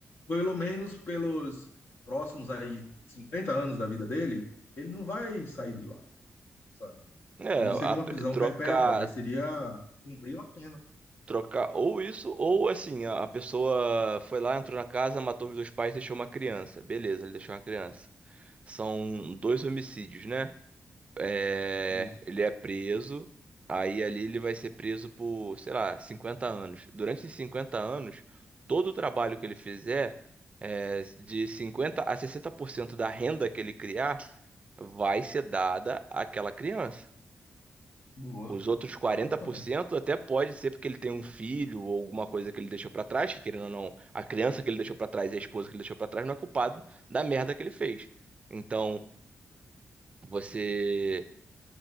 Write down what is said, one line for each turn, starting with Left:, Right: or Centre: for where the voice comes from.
Left: pelo menos pelos próximos aí 50 anos da vida dele, ele não vai sair de lá, sabe?
Right: É,
Left: Não seria
Right: a-
Left: uma prisão
Right: trocar,
Left: perpétua, mas seria cumprir uma pena.
Right: trocar ou isso, ou assim, a, a pessoa foi lá, entrou na casa, matou os dois pais, deixou uma criança. Beleza, ele deixou uma criança. São dois homicídios, né? É,
Left: Isso.
Right: ele é preso, aí ali ele vai ser preso por, sei lá, 50 anos. Durante esses 50 anos, todo o trabalho que ele fizer, é, de 50 a 60% da renda que ele criar, vai ser dada àquela criança.
Left: Boa.
Right: Os outros quarenta
Left: Bom também.
Right: por cento até pode ser porque ele tem um filho ou alguma coisa que ele deixou pra trás, que querendo ou não, a criança que ele deixou pra trás e a esposa que ele deixou pra trás não é culpado da merda que ele fez. Então, você